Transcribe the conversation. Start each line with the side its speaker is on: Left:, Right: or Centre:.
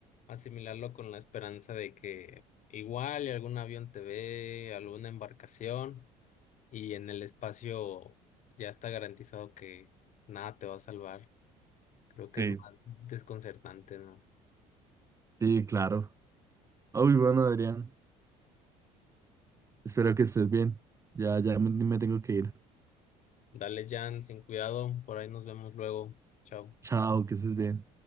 Left: asimilarlo con la esperanza de que igual y algún avión te ve, alguna embarcación, y en el espacio ya está garantizado que nada te va a salvar. Creo que
Right: Sí.
Left: es más desconcertante, ¿no?
Right: Sí, claro. Uy, bueno, Adrián, espero que estés bien. Ya, ya me me tengo que ir.
Left: Dale, Jan, sin cuidado, por ahí nos vemos luego. Chao.
Right: Chao, que estés bien.